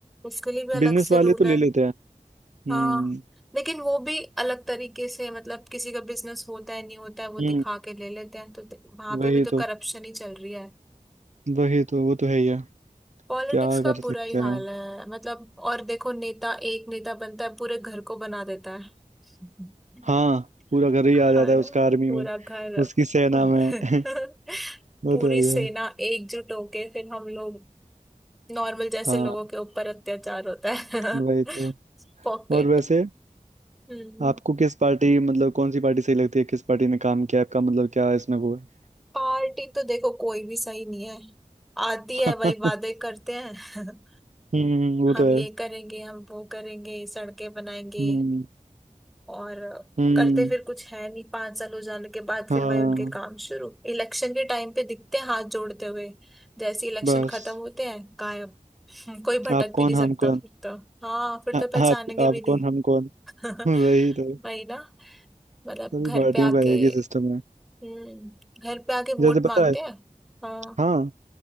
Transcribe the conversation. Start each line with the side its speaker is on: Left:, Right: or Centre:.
Centre: उसके लिए भी अलग
Right: बिजनेस
Centre: से
Right: वाले
Centre: रूल
Right: तो ले
Centre: है
Right: लेते हैं
Centre: हाँ
Right: हम्म
Centre: लेकिन वो भी अलग तरीके से मतलब किसी का बिजनेस होता है नहीं होता है वो दिखा
Right: हम्म
Centre: के ले लेते हैं तो वहां
Right: वही
Centre: पे भी तो
Right: तो
Centre: करप्शन ही चल रही है
Right: वही तो वो तो है ही है
Centre: पॉलिटिक्स
Right: क्या
Centre: का
Right: कर सकते
Centre: बुरा ही हाल
Right: हैं
Centre: है मतलब और देखो नेता एक नेता बनता है पूरे घर को बना देता है <laughs>
Right: हाँ पूरा घर ही
Centre: हाँ
Right: आ जाता है
Centre: ना
Right: उसका आर्मी
Centre: पूरा
Right: में
Centre: घर
Right: उसकी
Centre: और
Right: सेना में
Centre: <laughs>
Right: <laughs> वो
Centre: पूरी
Right: तो है ही
Centre: सेना
Right: है।
Centre: एकजुट होके फिर हम लोग नॉर्मल जैसे
Right: हाँ
Centre: लोगों के ऊपर अत्याचार होता है
Right: वही तो
Centre: <laughs> पॉकेट
Right: और वैसे
Centre: हम्म
Right: आपको किस पार्टी मतलब कौन सी पार्टी सही लगती है किस पार्टी ने काम किया आपका मतलब क्या इसमें वो है
Centre: पार्टी तो देखो कोई भी सही नहीं है आती
Right: <laughs>
Centre: है वही वादे करते हैं <laughs>
Right: हम्म वो
Centre: हम
Right: तो
Centre: ये
Right: है
Centre: करेंगे हम वो करेंगे सड़कें बनाएंगे
Right: हम्म
Centre: और
Right: हम्म
Centre: करते फिर कुछ है नहीं पांच साल हो जाने के बाद फिर
Right: हाँ
Centre: वही उनके काम शुरू इलेक्शन के टाइम पे दिखते हैं हाथ जोड़ते हुए जैसे इलेक्शन
Right: बस
Centre: खत्म होते हैं गायब हम्म, कोई भटक
Right: आप कौन
Centre: भी नहीं सकता
Right: हम कौन
Centre: फिर तो हाँ फिर तो
Right: आ, आप
Centre: पहचानेंगे भी
Right: आप
Centre: नहीं
Right: कौन हम कौन
Centre: <laughs>
Right: <laughs> वही तो
Centre: वही ना मतलब
Right: सभी
Centre: घर
Right: पार्टियों
Centre: पे आके
Right: का एक ही सिस्टम है
Centre: हम्म घर पे आके
Right: जैसे
Centre: वोट मांगते
Right: पता है
Centre: हैं हाँ
Right: हाँ